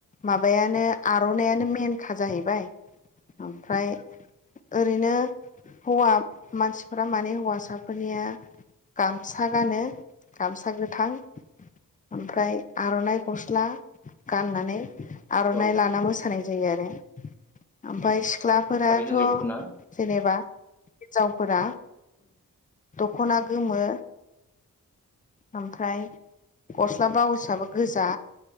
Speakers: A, on the left; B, in the centre.
A: माबायानो आरनायानो मेनखा जाहैबाय ओमफ्राय ओरैनो हौवा मानसिफ्रा माने हौवासाफोरनिया गामसा गानो गामसा गोथां ओमफ्राय आर'नाइ गस्ला गाननानै आरनाइ
B: औ
A: लाना मोसानाय जायो आरो ओमफाय सिख्लाफोराथ'
B: आरो हिन्जावफोरना
A: जेनेबा हिनजावफोरा दखना गोमो ओमफ्राय गस्ला बाउसआबो गोजा